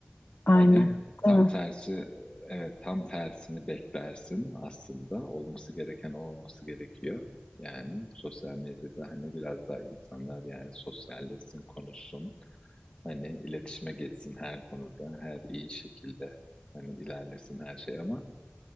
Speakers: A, on the left; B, on the left.
A: Aynen.
B: Hani tam
A: Değil mi?
B: tersi evet tam tersini beklersin aslında olması gereken o olması gerekiyor. Yani sosyal medyada hani biraz daha insanlar yani sosyalleşsin, konuşsun Hani iletişime geçsin her konuda, her iyi şekilde hani ilerlesin her şey ama